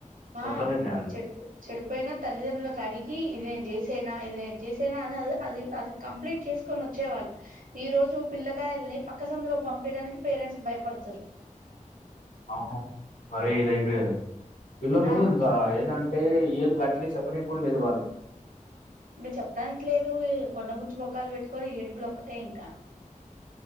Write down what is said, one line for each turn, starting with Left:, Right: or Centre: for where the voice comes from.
Right: ఆ
Left: సొంత నిర్ణయాలు
Right: చెడ్ చెడిపోయినా తల్లిదండ్రులకు అడిగి ఇది నేను చేసేనా ఇది నేను చేసేనా అని అది అది అది కంప్లీట్ చేస్కొన్ ఒచ్చేవాళ్ళు ఈ రోజు పిల్లకాయలని పక్క సందులోకి పంపియడానికి పేరెంట్స్ భయపడుతుర్రు
Left: అవును మరీ ఇదయిపోయిర్రు పిల్లలు
Right: ఆ
Left: ఇంకా ఏంటంటే ఏం గట్టిగా చెప్పనికి కూడా లేదు వాళ్ళకి
Right: ఇంక చెప్పడానికి లేదు కొండ ముచ్చిమొకాలు పెట్టుకొని ఏడుపులు ఒక్కటే ఇంకా